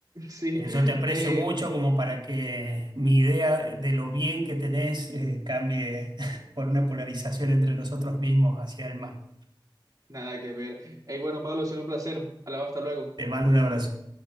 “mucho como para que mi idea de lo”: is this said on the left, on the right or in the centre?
Right